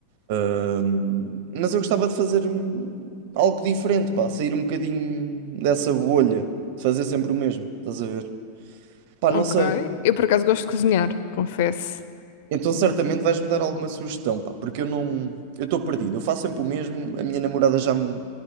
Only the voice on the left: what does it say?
ok.
Eu por acaso gosto de cozinhar, confesso.